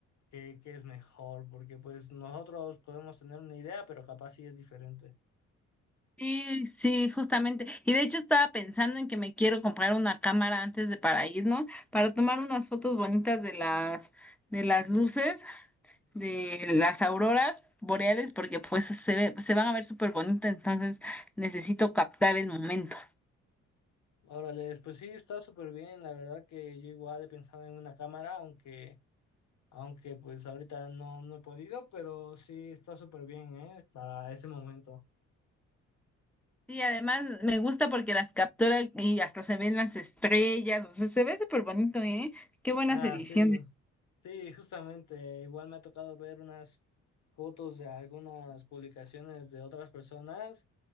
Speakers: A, on the left; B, in the centre.
A: qué, qué es mejor, porque pues nosotros podemos tener una idea, pero capaz sí es diferente.
B: Sí, sí, justamente. Y de hecho estaba pensando en que me quiero comprar una cámara antes de para ir, ¿no? Para tomar unas fotos bonitas de las, de las luces. de las auroras boreales porque pues se ve- se van a ver súper bonitas, entonces necesito captar el momento.
A: Órale, pues sí, está súper bien, la verdad que yo igual he pensado en una cámara, aunque, aunque pues ahorita no, no he podido, pero sí está súper bien, ¿eh? Para ese momento.
B: Y además me gusta porque las captura y hasta se ven las estrellas, o sea, se ve súper bonito, ¿eh? Qué buenas
A: Ah,
B: ediciones.
A: sí, sí, justamente, igual me ha tocado ver unas fotos de algunas publicaciones de otras personas